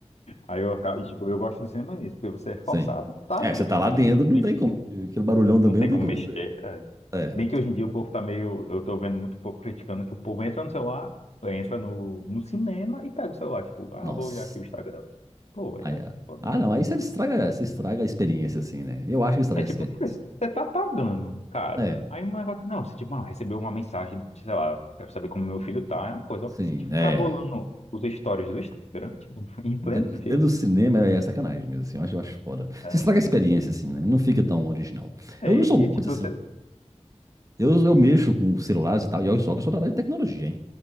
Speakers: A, on the left (about 70°); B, on the right (about 30°).
A: aí eu acabo, e, tipo, eu gosto do cinema nisso, porque você é forçado,
B: Sim.
A: tá
B: É,
A: ali,
B: você tá
A: né?
B: lá
A: Tipo,
B: dentro,
A: você
B: não
A: tem
B: tem
A: que-
B: como. Aquele barulhão também
A: não tem
B: não tem
A: como
B: como
A: mexer.
B: você.
A: é.
B: É,
A: Bem que hoje em dia o povo tá meio. Eu tô vendo muito povo criticando que o povo entra no celular, entra no, no cinema e pega o celular. Tipo, ah,
B: nossa.
A: vou olhar aqui o Instagram. Pô,
B: Aí,
A: é
B: ah,
A: foda,
B: ah,
A: né?
B: não, aí você estraga, você estraga a experiência, assim, né? Eu acho que estraga
A: É tipo,
B: a experiência.
A: pô, você tá pagando, caro.
B: É,
A: Aí um negócio, não, você tipo, ah, recebeu uma mensagem, sei lá, quero saber como meu filho tá, é uma coisa.
B: sim,
A: Agora, Você tipo, ficar
B: é.
A: rolando os stories do Instagram, tipo, <laughs> em pleno
B: Dentro, dentro
A: filme.
B: do cinema é sacanagem mesmo, assim, eu acho, eu acho foda.
A: né?
B: Você estraga a experiência, assim, né? Não fica tão original.
A: É,
B: Eu não sou
A: e, e, tipo,
B: muito assim.
A: você.
B: Eu, eu mexo com celulares e tal, e olha só que eu sou da área de tecnologia,